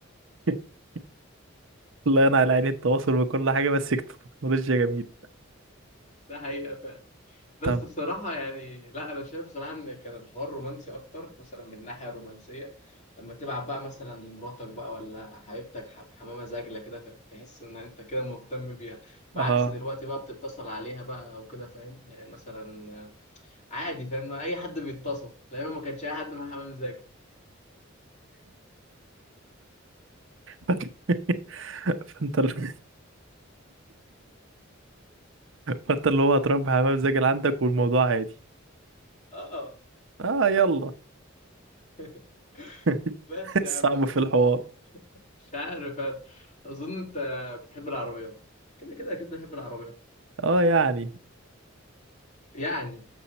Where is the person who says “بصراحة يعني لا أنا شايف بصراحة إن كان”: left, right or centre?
Left